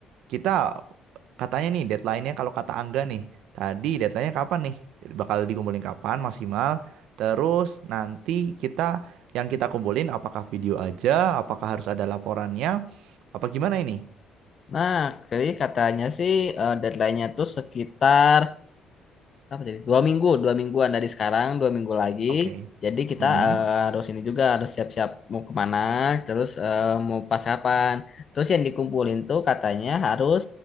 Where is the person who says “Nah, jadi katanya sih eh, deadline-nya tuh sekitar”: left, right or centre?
Left